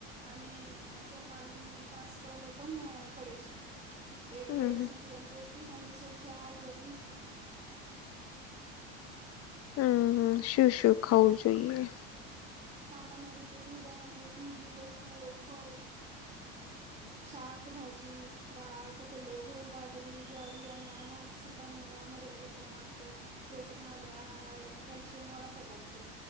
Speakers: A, on the right; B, on the left.
A: અને અસર બાળકના વિકાસ પર પણ પડે છે. એટલે
B: હમ હમ
A: સંતુલન પૌષ્ટિક અને સ્વચ્છ આહાર જરૂરી છે.
B: હમ્મ હામ શું શું ખાવું જોઈએ.
A: સામાન્ય રીતે દૂધ અને દૂધની વસ્તુઓ ફળ
B: <inaudible>
A: શાકભાજી દાળ કટોલો ઘઉ બાજરી જ્વારી અને અનાજ સુ ક મેવા મર્યાદિત પ્રમાણ પર પ્રોટીન વાળી આહાર આયરન કૅલ્શિયમ વાળા પદાર્થો.